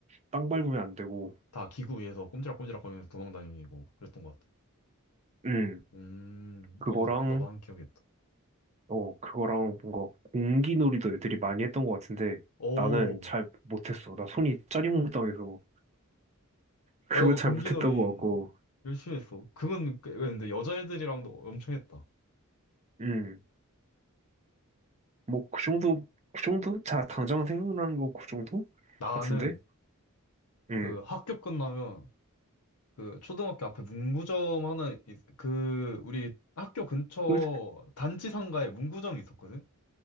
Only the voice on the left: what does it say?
다 기구 위에서 꼼지락꼼지락 거리면서 도망다니고 그랬던 것 같아.
음,
어, 너 그럼 나도 한 기억이 있다.
오,
아, 나도
공기놀이
열심히 했어. 그건, 꽤- 근데 여자애들이랑도 엄청 했다.
나는
그 학교 끝나면 그 초등학교 앞에 문구점 하나, 있- 그 우리 학교 근처
단지 상가에 문구점이 있었거든?